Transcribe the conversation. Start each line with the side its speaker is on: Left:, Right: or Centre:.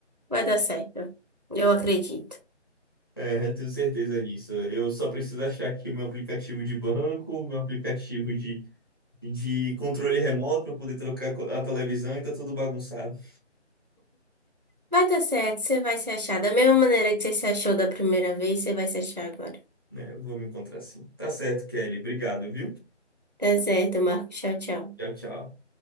Right: Vai dar certo. Eu acredito.
Left: É, eu tenho certeza disso. Eu só preciso achar aqui meu aplicativo de banco, meu aplicativo de, de controle remoto para poder trocar co- a televisão e tá tudo bagunçado.
Right: Vai dar certo, você vai se achar. Da mesma maneira que você se achou da primeira vez, você vai se achar agora.
Left: né? Eu vou me encontrar assim. Tá certo, Kelly. Obrigado, viu?
Right: Tá certo, Marco. Tchau, tchau.
Left: Tchau, tchau.